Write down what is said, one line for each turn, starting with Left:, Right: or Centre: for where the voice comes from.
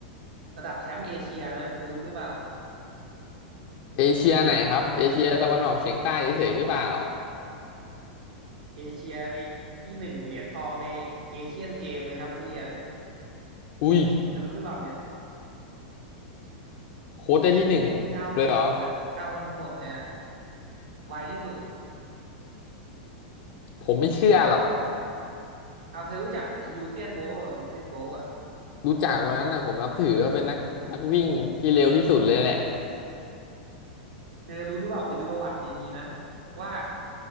Right: ระดับแชมป์เอเชียนะเธอรู้หรือเปล่า
Left: เอเชียไหนครับเอเชียตะวันออกเฉียงใต้เฉยๆหรือเปล่า
Right: แชมป์เอเชีย เอเชียในที่หนึ่งเหรียญทองในเอเชียนเกมเลยครับนักเรียน
Left: อุ้ย
Right: จะรู้หรือเปล่าเนี่ย
Left: โค้ชได้ที่หนึ่งเลยเหรอ
Right: เจ้าลมกดอ่ะเจ้าลมกดเลยอ่ะไวที่สุด
Left: ผมไม่เชื่อหรอก
Right: เอาเธอรู้จักยูเซียนโบว์เปล่ายูเซียนโบว์อ่ะ
Left: รู้จักคนนั้นนะผมนับถือเขาเป็นนักนักวิ่งที่เร็วที่สุดเลยแหละ
Right: เธอรู้หรือเปล่าไปดูประวัติดีๆนะว่า